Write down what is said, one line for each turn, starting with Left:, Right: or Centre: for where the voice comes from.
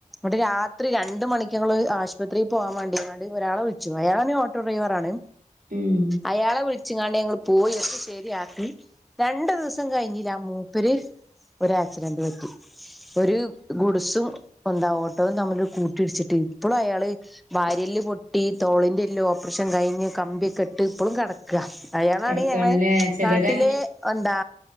Centre: ട് രാത്രി രണ്ട് മണിക്കങ്ങള് ആശുപത്രി പോകാൻ വേണ്ടിങ്ങാണ്ട് ഒരാളെ വിളിച്ചു അയാ <unintelligible> ഓട്ടോ ഡ്രൈവറാണ്
Right: ഉം
Centre: അയാളെ വിളി ഉച്ചിങ്ങാണ്ട ഞങ്ങൾ പോയി ഒക്ക ശരിയാക്കി രണ്ട ദിവസം കഴിഞ്ഞില്ല ആ മൂപ്പര് ഒരു ആക്സിഡന്റ് പറ്റി ഒരു ഗുഡ്‌സും ന്താ ഓട്ടോയും തമ്മില് കൂട്ടിയിടിച്ചിട്ട് ഇപ്പളും അയാള് വാരിയെല്ല് പൊട്ടി തോളെല്ല് ല്ലോപ്പ്രഷൻ കഴിഞ്ഞ് കമ്പിയൊക്കെ ഇട്ട് ഇപ്പളും കെടക്കാ അയാളാണ്
Right: കിടക്കാണല്ലേ
Centre: ഞങ്ങള്
Right: ചിലരങ്ങനെ
Centre: നാട്ടിലെ എന്താ